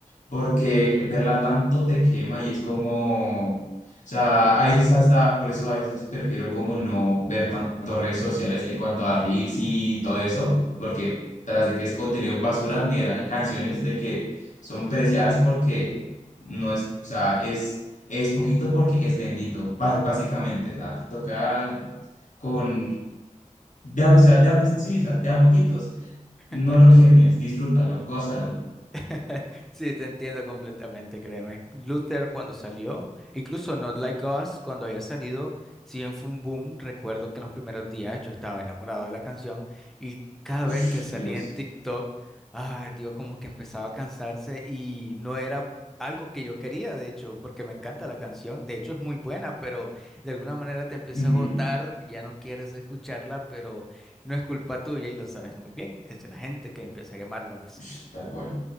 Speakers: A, on the left (about 70°); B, in the centre.
A: porque verla tanto te quema y es como, o sea, a veces hasta, por eso a veces prefiero como no ver tanto redes sociales en cuanto a reels y todo eso, porque tras de que es contenido basura, me dan canciones de que son preciadas porque no
B: ujú.
A: es, o sea, es, es poquito porque es bendito, bá- básicamente, o sea, toca con... De, a- o sea, de, a- sí, o sea, de a moquitos.
B: <laughs>
A: No lo quemes, disfrútalo, gózalo.
B: <laughs> Sí, te entiendo completamente, créeme. Luther cuando salió, incluso Not Like Us cuando había salido, si bien fue un boom, recuerdo que en los primeros días yo estaba enamorado de la canción y cada
A: Uf,
B: vez que salía
A: Dios.
B: en TikTok, ah, Dios, como que empezaba a cansarse y no era algo que yo quería, de hecho, porque me encanta la canción, de hecho es muy buena, pero de alguna manera te empieza
A: Ujú.
B: a agotar, ya no quieres escucharla, pero no es culpa tuya y lo sabes muy bien, es de la gente que empieza a quemar la música.
A: Ush, tal cual.